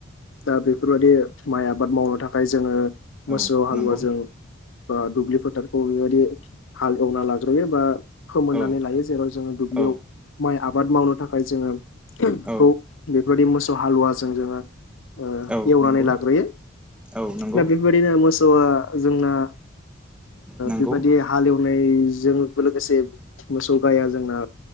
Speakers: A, on the left (about 80°); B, in the centre.
A: दा बेफोरबायाददि माइ आबाद मावनो थाखाय जोङो मोसौ
B: औ
A: हालुवाजों
B: नंगौ
A: बा दुब्लि फोथारखौ बेबायदि हाल एवना लाग्रोयो बा फोमोननानै
B: औ
A: लायो जेराव जोङो दुब्लियाव
B: औ
A: माइ आबाद मावनो थाखाय जोङो बेखौ
B: औ
A: बेफोरबायदि मोसौ हालुवाजों जोङो ओ
B: औ
A: एवनानै
B: नंगौ
A: लाग्रोयो
B: औ नंगौ
A: दा बेफोरबायदिनो मोसौआ जोंना
B: नंगौ
A: बेबायदि हालेवनायजों लोगोसे मोसौ गाया जोंना